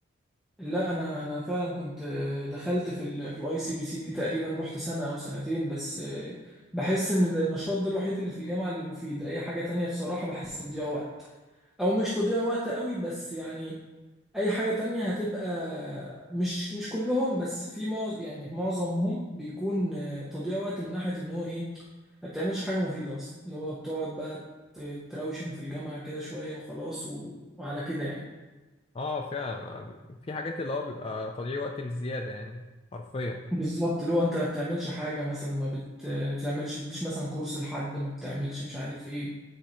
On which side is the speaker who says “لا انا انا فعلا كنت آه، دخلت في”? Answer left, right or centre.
Centre